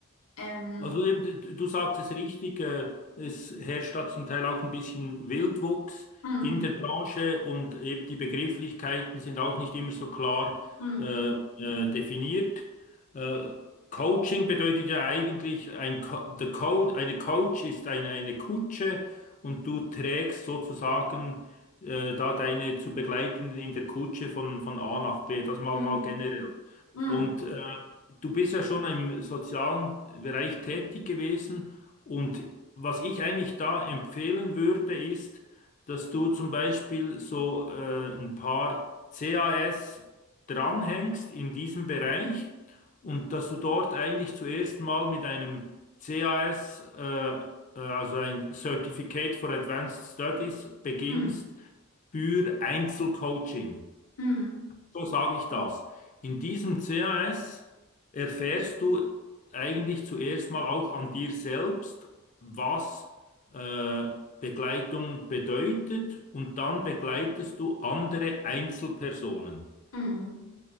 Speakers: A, on the left (about 65°); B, on the left (about 35°).
A: Ähm,
B: Also eben, d- du sagst es richtig, äh, es herrscht da zum Teil auch ein bisschen Wildwuchs
A: mm,
B: in der Branche und eben die Begrifflichkeiten sind auch nicht immer so klar
A: mm,
B: äh, äh, definiert. Äh, Coaching bedeutet ja eigentlich, ein Co the Co eine Coach ist eine, eine Kutsche und du trägst sozusagen äh, da deine zu begleitenden in der Kutsche von, von A nach B, das mal,
A: mm,
B: mal generell.
A: mm,
B: Und äh, Du bist ja schon im sozialen Bereich tätig gewesen und was ich eigentlich da empfehlen würde, ist, dass du zum Beispiel so äh, ein paar CAS dranhängst in diesem Bereich und dass du dort eigentlich zuerst mal mit einem CAS, äh, äh, also ein Certificate for Advanced Studies, beginnst
A: mm,
B: für Einzelcoaching.
A: mm,
B: So sage ich das. In diesem CAS erfährst du eigentlich zuerst mal auch an dir selbst, was äh, Begleitung bedeutet und dann begleitest du andere Einzelpersonen.
A: mm,